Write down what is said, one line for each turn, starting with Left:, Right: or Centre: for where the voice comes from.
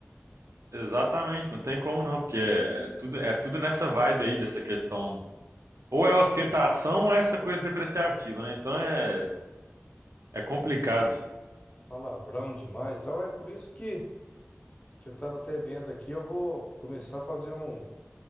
Right: Exatamente, não tem como não, porque é é tudo, é tudo nessa vibe aí dessa questão. Ou é ostentação ou é essa coisa depreciativa, né? Então é, é complicado.
Left: Palavrão demais, e tal. É por isso que, que eu tava até vendo aqui, eu vou começar a fazer um,